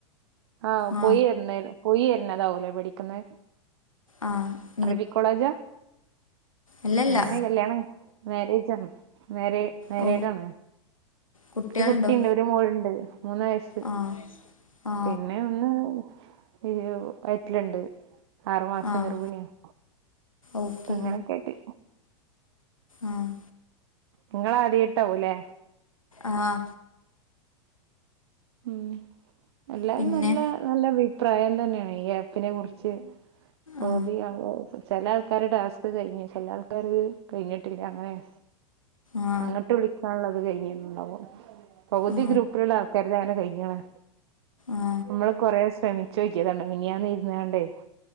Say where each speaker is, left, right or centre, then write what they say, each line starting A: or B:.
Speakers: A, on the right; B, on the left.
A: ആഹ്
B: ആ
A: പോയിര്ന്നേല് പോയിരുന്നതാവൂല്ലേ പഠിക്കുന്നേ
B: ആഹ്
A: അറബി കോളേജാ
B: ഇല്ലല്ല
A: ഞാന് കല്യാണം മാരേജ് ആണ് മാരേ മാരേഡ്
B: ഓ
A: ആണ്
B: കുട്ടികളുണ്ടോ
A: ഒരു കുട്ടിണ്ട് ഒരു മോളുണ്ട് മൂന്ന് വയസ്
B: ആ ആ
A: പിന്നെ ഒന്ന് ഹിയ്യോ പ്പയറ്റിലുണ്ട് ആറു മാസം
B: ആ
A: ഗർഭിണിയാണ്
B: ഓക്കെ
A: അപ്പങ്ങനെക്കെയിട്ട്
B: ആഹ്
A: നിങ്ങള് ആദ്യായിട്ടാവൂല്ലേ
B: ആഹ്
A: ഉം എല്ലാരും
B: പിന്നെ
A: നല്ല നല്ല അഭിപ്രായം തന്നേണ് ഈ ആപ്പിനെ കുറിച്ച് പകുതി
B: ആ
A: ആള് വ് ചെല ആൾക്കാര്ടെ ടാസ്ക് കെയിഞ്ഞ് ചെല ആൾക്കാര്ടെത് കെയിഞ്ഞിട്ടില്ല അങ്ങനേണ്
B: ആ
A: അങ്ങട്ട് വിളിക്കാനുള്ളത് കെഴിഞ്ഞിട്ടുണ്ടാവും പകുതി
B: ആ
A: ഗ്രൂപ്പിലുള്ള ആള് ക്കാര്ത് അങ്ങനെ കൈഞ്ഞ്ണ്
B: ആ
A: മ്മള് കൊറേ ശ്രമിച്ചു നോക്കിയതാണ് മിനിഞ്ഞാന്ന് ഇരുന്നാണ്ടേ